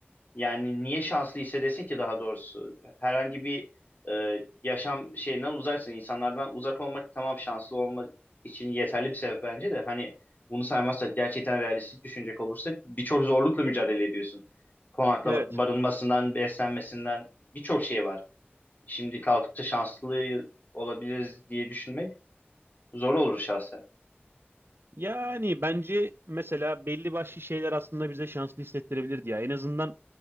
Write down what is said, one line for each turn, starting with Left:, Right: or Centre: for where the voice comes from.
Left: Yani niye şanslı hissedesin ki daha doğrusu? Herhangi bir e, yaşam şeyinden uzaksın. İnsanlardan uzak olmak tamam şanslı olma için yeterli bir sebep bence de. Hani bunu saymazsak gerçekten realistik düşünecek olursak birçok zorlukla mücadele ediyorsun. Konaklama,
Right: Evet.
Left: barınmasından, beslenmesinden birçok şey var. Şimdi kalkıp da şanslı olabiliriz diye düşünmek zor olur şahsen.
Right: Yani bence mesela belli başlı şeyler aslında bize şanslı hissettirebilirdi ya. En azından